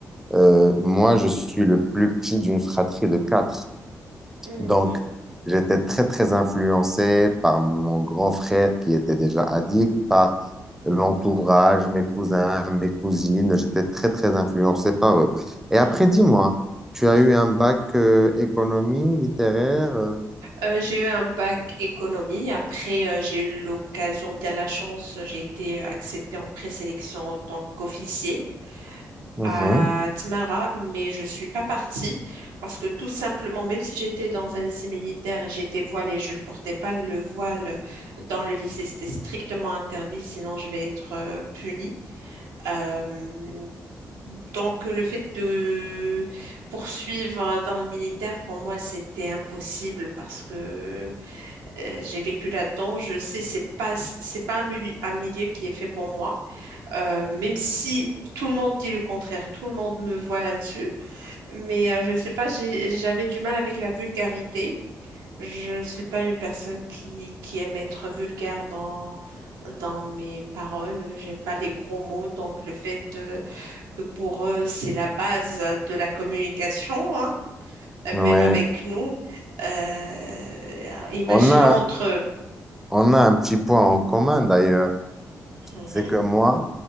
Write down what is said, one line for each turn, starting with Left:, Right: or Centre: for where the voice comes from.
Centre: euh, moi, je suis le plus petit d'une fratrie de quatre.
Right: Mhm,
Centre: Donc, j'étais très, très influencé par mon grand frère qui était déjà addict, par l'entourage, mes cousins, mes cousines. J'étais très, très influencé par eux. Et
Right: mhm.
Centre: après, dis-moi, tu as
Right: Tu-
Centre: eu un bac euh, économie, littéraire? euh,
Right: Euh, j'ai eu un bac économie. Après, euh, j'ai eu l'occasion, bien la chance, j'ai été euh, acceptée en présélection en tant qu'officier.
Centre: mhm,
Right: à Tmara, mais je suis pas partie parce que tout simplement, même si j'étais dans un lycée militaire, j'étais voilée, je ne portais pas le voile dans le lycée. C'était strictement interdit, sinon je vais être euh, punie. Euh, donc le fait de poursuivre dans le militaire, pour moi, c'était impossible parce que euh, j'ai vécu là-dedans. Je sais, c'est pas, c'est pas un milieu, un milieu qui est fait pour moi. Euh, même si tout le monde dit le contraire, tout le monde me voit là-dessus. Mais euh, je ne sais pas, j'ai- j'avais du mal avec la vulgarité. Je ne suis pas une personne qui, qui aime être vulgaire dans, dans mes paroles. J'aime pas les gros mots. Donc le fait euh, que pour eux, c'est la base de la communication, hein,
Centre: mhm,
Right: même
Centre: ouais.
Right: avec nous. Euh, imaginons
Centre: On a,
Right: entre... eux.
Centre: on a un petit point en commun d'ailleurs.
Right: Mhm,
Centre: C'est que moi,